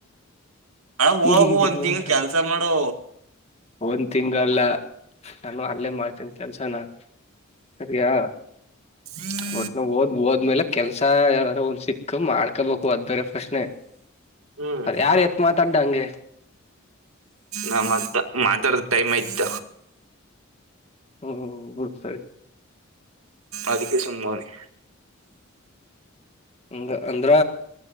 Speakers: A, on the right; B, on the left.
A: ಅಣ್ಣ ಹೋಗು
B: ಗೀಜಿ ಗೀಜಿ
A: ಒಂದ್
B: ನೋಡ್ರಲ್ಲ
A: ತಿಂಗಳು ಕೆಲ್ಸ ಮಾಡು.
B: ಒಂದ್ ತಿಂಗಲ್ಲ ನಾನು ಅಲ್ಲೇ ಮಾಡ್ತನ್ ಕೆಲ್ಸನ. ಸರಿಯಾ.
A: ಹ್ಮ್
B: ಒಟ್ ಓದ್ ಓದ್ಮೇಲೆ ಕೆಲ್ಸ ಯಾವ್ದಾದ್ರು ಒಂದ್ ಸಿಕ್ಕ ಮಾಡ್ಕೋಬೇಕು ಅದ್ ಬೇರೆ ಪ್ರಶ್ನೆ.
A: ಹ್ಮ್
B: ಯಾರು ಎತ್ ಮಾತಾಡ್ಡ ಹಂಗೆ.
A: ನಮ್ ಅತ್ತೆ ಮಾತಾಡ ಟೈಮ್ ಆಯ್ತ.
B: ಹ್ಮ್ ಬುಡ್ ಸರಿ.
A: ಅದಿಕ್ಕೆ ಸುಮ್ನವ್ನೇ.
B: ಹಂಗ ಅಂದ್ರ